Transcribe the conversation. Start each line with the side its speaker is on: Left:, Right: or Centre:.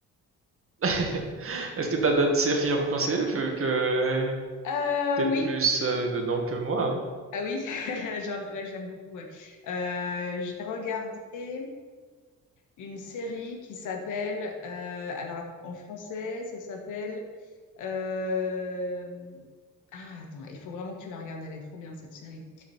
Right: <laughs> est-ce que t'as d'autres séries à me conseiller vu que
Left: Euh,
Right: t'es
Left: oui,
Right: plus euh, dedans que moi, hein
Left: ah oui, <laughs> J'en- ouais, j'aime beaucoup. ouais. Euh, j'ai regardé. une série qui s'appelle, euh, alors att- en français, ça s'appelle, euh, ah attends, il faut vraiment que tu la regardes, elle est trop bien cette série.